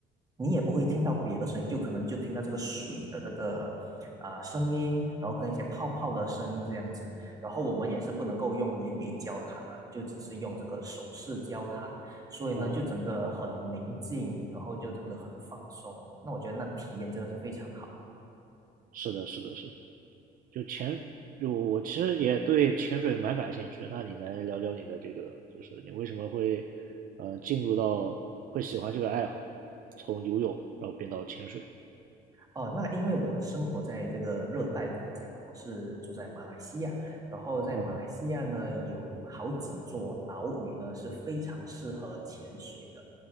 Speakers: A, on the right; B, on the right.
A: 你也不会听到别的声音，就可能就听到这个水的这个啊、呃声音，然后跟一些泡泡的声音这样子。然后我们也是不能够用言语交谈嘛，就只是用这个手势交谈，所以呢，
B: 啊、
A: 就整个很宁静，然后就整个很放松。那我觉得那体验真的是非常好。
B: 是的，是的，是的。就潜，就我其实也对潜水蛮感兴趣。那你来聊聊你的这个，就是你为什么会呃进入到会喜欢这个爱好，从游泳然后变到潜水？
A: 哦，那因为我生活在这个热带国家嘛，我是住在马来西亚，然后在马来西亚呢，
B: 嗯
A: 有好几座岛屿呢是非常适合潜水的，